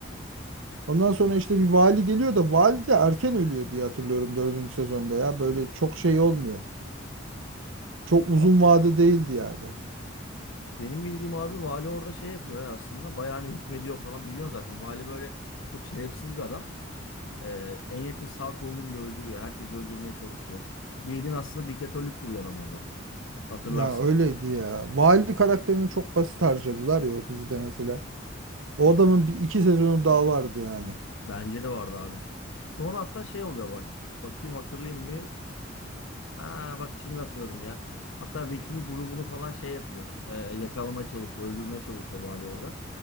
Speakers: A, on the right; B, on the left.
A: ondan sonra işte bir vali geliyor da vali de erken ölüyor diye hatırlıyorum dördüncü sezonda ya. Böyle çok şey olmuyor. Çok uzun
B: Allah Allah.
A: vade değildi yani.
B: Benim bildiğim abi vali orada şey yapıyor ya aslında. Bayağı hani hükmediyor falan biliyorsun zaten. Vali böyle çok şerefsiz bir adam. Ee, en yakın sağ kolunu bile öldürüyor. Herkesi öldürmeye çalışıyor. Bildiğin aslında diktatörlük kuruyor adam orada. Hatırlarsın.
A: Ya öyleydi ya. Vali karakterini çok basit harcadılar ya o dizide mesela. O adamın bir iki sezonu daha vardı yani.
B: Bence de vardı abi. Sonra hatta şey oluyor bak. Bakayım hatırlayayım bir. Ha bak şimdi hatırladım ya. Hatta Rick'in grubunu falan şey yapıyor. Ee, yakalamaya çalışıyor, öldürmeye çalışıyor vali orada.